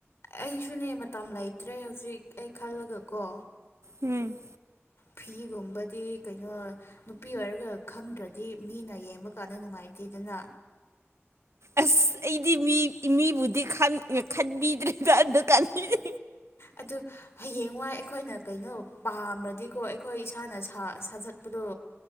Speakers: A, on the left; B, on the right.
A: ꯑꯩꯁꯨꯅꯦ ꯃꯇꯝ ꯂꯩꯇ꯭ꯔꯦ ꯍꯧꯖꯤꯛ ꯑꯩ ꯈꯜꯂꯒ ꯀꯣ
B: ꯎꯝ
A: ꯐꯤꯒꯨꯝꯕꯗꯤ ꯀꯩꯅꯣ ꯅꯨꯄꯤ ꯑꯣꯏꯔꯒ ꯈꯪꯗ꯭ꯔꯗꯤ ꯃꯤꯅ ꯌꯦꯡꯕ ꯀꯥꯟꯗ ꯅꯨꯡꯉꯥꯏꯇꯦꯗꯅ
B: ꯑꯁ ꯑꯩꯗꯤ ꯃꯤ ꯃꯤꯕꯨꯗꯤ ꯈꯟꯕꯤꯗ꯭ꯔꯦꯕ ꯑꯝꯗ ꯀꯥꯟꯕꯤꯗ
A: ꯑꯗꯨ ꯍꯌꯦꯡꯋꯥꯏ ꯑꯩꯈꯣꯏꯅ ꯀꯩꯅꯣ ꯄꯥꯝ꯭ꯔꯗꯤꯀꯣ ꯑꯩꯈꯣꯏ ꯏꯁꯥꯅ ꯁꯥꯖꯠꯄꯗꯣ